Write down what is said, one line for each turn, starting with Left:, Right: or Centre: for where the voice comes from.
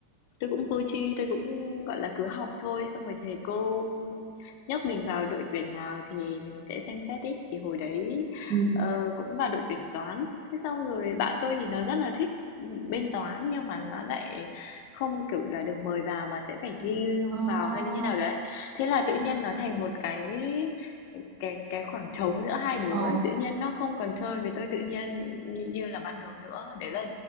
Left: Tôi cũng vô tri, tôi cũng, gọi là, cứ học thôi, xong rồi thầy cô nhắc mình vào đội tuyển nào thì mình sẽ xem xét ấy. Thì hồi đấy,
Right: ừ,
Left: ờ, cũng vào đội tuyển Toán. Thế xong rồi bạn tôi thì nó rất là thích bên Toán nhưng mà nó lại không, kiểu là, được mời vào mà sẽ phải thi không
Right: à,
Left: vào hay là như nào đấy. Thế là tự nhiên nó thành một cái cái cái khoảng trống giữa hai đứa
Right: ờ,
Left: ấy, tự nhiên nó không còn chơi với tôi tự nhiên như như là ban đầu nữa. Đấy là